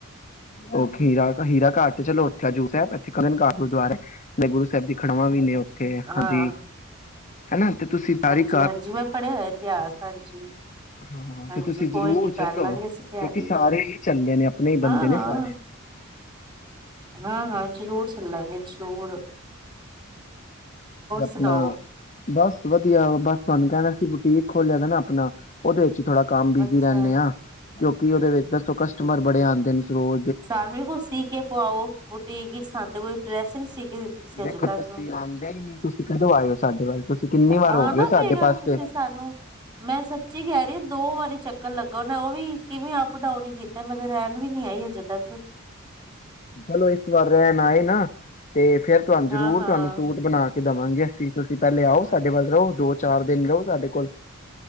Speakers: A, on the left (about 35°); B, on the right (about 20°).
A: ਓਹ ਖੀਰਾ ਹੀਰਾ ਘਾਟ ਤੇ ਚਲੋ ਹਜ਼ੂਰ ਸਾਹਿਬ ਇਥੇ ਕਾਗਨ ਘਾਟ ਗੁਰਦੁਆਰਾ ਏ। ਮੈ ਗੁਰੂ ਸਾਹਿਬ ਦੀ ਖੜਵਾਂ ਵੀ ਨੇ ਉੱਥੇ ਹਾਂਜੀ
B: ਹਾਂ
A: ਹੇਨਾ ਤੇ ਤੁਸੀਂ ਤਾਰੀਖ
B: ਜੀ ਹਾਂਜੀ, ਮੈਂ ਪੜ੍ਹਿਆ ਹੋਇਆ ਇਤਿਹਾਸ ਹਾਂਜੀ,
A: ਹਾਂ
B: ਹਾਂਜੀ
A: ਤੇ ਤੁਸੀਂ
B: ਕੋਈ
A: ਜ਼ਰੂਰ
B: ਨੀ ਕਰ
A: ਚੱਲੋ
B: ਲਾਂ ਗੇ
A: ਕਿਉਂਕਿ
B: ਅਸ ਤਿਆਰੀ
A: ਸਾਰੇ
B: ਵੀ।
A: ਹੀ ਚੱਲੇ ਨੇ ਆਪਣੇ ਹੀ
B: ਹਾਂ,
A: ਬੰਦੇ ਨੇ
B: ਹਾਂ,
A: ਸਾਰੇ
B: ਹਾਂ, ਹਾਂ, ਜ਼ਰੂਰ ਪਲਾ ਮੇਕ ਸ਼ੋਂਰ।
A: ਆਪਣਾ,
B: ਸੁਣਾਓ
A: ਬਸ ਵਧੀਆ ਬਸ ਤੁਹਾਨੂੰ ਕਹਿਣਾ ਸੀ ਬੁਟੀਕ ਖੋਲਿਆ ਦਾ ਨਾ ਆਪਣਾ, ਉਹਦੇ ਵਿਚ ਸੀ ਥੋੜਾ ਕੰਮ ਬਿਜੀ
B: ਅੱਛਾ
A: ਰਹਿੰਦੇ ਆ। ਕਿਉ ਕੀ ਉਹਦੇ ਵਿੱਚ ਦੱਸੋ ਕਸਟਮਰ
B: ਅੱਛਾ ਅੱਛਾ
A: ਬੜੇ ਆਉਂਦੇ ਨੇ ਰੋਜ
B: ਸਾਨੂੰ ਵੀ ਕੁਛ ਸੀ ਕੇ ਪੁਵਾਓ, ਬੂਟੀਕ ਕੀ ਹੋ ਸੀ ਸਾਨੂੰ ਤੇ ਕੋਈ ਡਰੈਸ ਨ ਸੀ। ਤੁਸੀਂ
A: ਦੇਖੋ
B: ਅਜੇ ਤੱਕ,
A: ਤੁਸੀਂ ਆਉਂਦੇ ਹੀ ਨੀ ਤੁਸੀਂ ਕਦੋਂ ਆਏ ਹੋ ਸਾਡੇ ਵੱਲ ਤੁਸੀਂ ਕਿੰਨੀ ਵਾਰ
B: ਆ
A: ਹੋ
B: ਨਾ
A: ਗਏ ਹੋ ਸਾਡੇ
B: ਪਏਗਾ
A: ਪਾਸੇ
B: ਤੁਸੀਂ ਸਾਨੂੰ ਮੈਂ ਸੱਚੀ ਕਹਿ ਰਹੀ ਹਾਂ ਦੋ ਵਾਰੀ ਚੱਕਰ ਲਗਾਉਣ ਨ ਉਹ ਵੀ ਕਿਵੇਂ ਅਪ ਡਾਊਨ ਨਹੀ ਕੀਤਾ ਬੰਦੇ ਨੇ ਐਂਡ ਵੀ ਨੀ ਆਈ ਹਜੇ ਤੱਕ
A: ਚਲੋ, ਇਸ ਵਾਰ ਰਣ ਆਏ ਨਾ। ਤੇ ਫੇਰ ਤੁਹਾਨੂੰ ਜ਼ਰੂਰ
B: ਹਾਂ ਹਾਂ
A: ਤੁਹਾਨੂੰ ਸੂਟ ਬਣਾ ਕੇ ਦੇਵਾਂਗੇ ਅਸੀਂ ਤੁਸੀਂ ਪਹਿਲੇ ਆਓ ਸਾਡੇ ਵੱਲ ਰਹੋ ਦੋ -ਚਾਰ ਦਿਨ ਰਹੋ ਸਾਡੇ ਕੋਲ